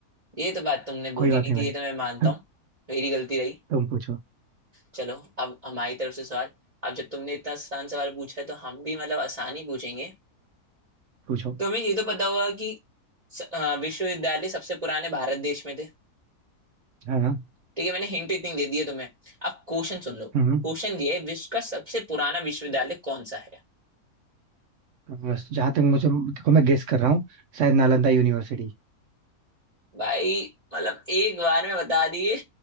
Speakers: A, on the right (about 25°); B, on the right (about 65°).
A: ये तो बात तुमने बोली
B: कोई बात
A: नहीं
B: नहीं
A: थी
B: भाई
A: ये तो मैं मानता हूँ
B: <laughs>
A: मेरी गलती रही
B: तुम पूछो
A: चलो अब हमारी तरफ से सवाल अब जब तुमने इतना आसान सवाल पूछा है तो हम भी मतलब आसान ही पूछेंगे
B: पूछो
A: तुम्हें ये तो पता होगा कि स- अ, विश्वविद्यालय सबसे पुराने भारत देश में थे
B: हाँ हाँ,
A: ठीक है मैंने हिंट इतनी दे दी है तुम्हें अब क्वेश्चन सुन लो
B: हम्म
A: क्वेश्चन ये है विश्व का सबसे पुराना विश्वविद्यालय कौन सा है
B: बस जहाँ तक मुझे देखो मैं गेस कर रहा हूँ शायद नालंदा यूनिवर्सिटी
A: भाई मतलब एक बार में बता दिए